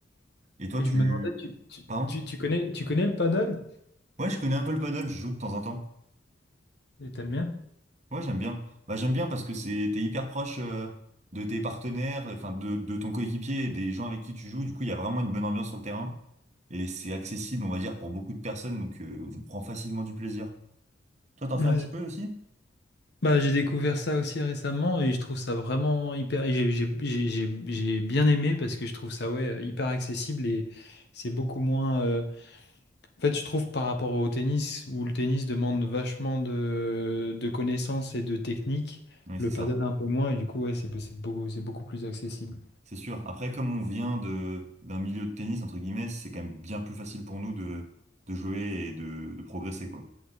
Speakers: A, on the right; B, on the left.
A: Et toi,
B: Et
A: tu,
B: je me demandais, tu, tu,
A: pardon?
B: tu, tu connais, tu connais le paddle?
A: Ouais, je connais un peu le paddle, je joue de temps en temps.
B: Et t'aimes bien?
A: Ouais, j'aime bien. Bah, j'aime bien parce que c'est, t'es hyper proche euh, de tes partenaires, enfin de, de ton coéquipier et des gens avec qui tu joues. Du coup, il y a vraiment une bonne ambiance sur le terrain et c'est accessible, on va dire, pour beaucoup de personnes. Donc, euh, on prend facilement du plaisir. Toi, t'en
B: Ouais,
A: fais un petit peu aussi?
B: Bah, j'ai découvert ça aussi récemment et je trouve ça vraiment hyper. et J'ai j'ai- j'ai- j'ai- j'ai bien aimé parce que je trouve ça ouais, hyper accessible et c'est beaucoup moins. euh, En fait, je trouve par rapport au tennis, où le tennis demande vachement de, de connaissances et de techniques,
A: Oui,
B: le
A: c'est ça.
B: paddle un peu moins et du coup, ouais, c'est c'est beaucoup, c'est beaucoup plus accessible.
A: C'est sûr. Après, comme on vient de d'un milieu de tennis, entre guillemets, c'est quand même bien plus facile pour nous de, de jouer et de, de progresser, quoi.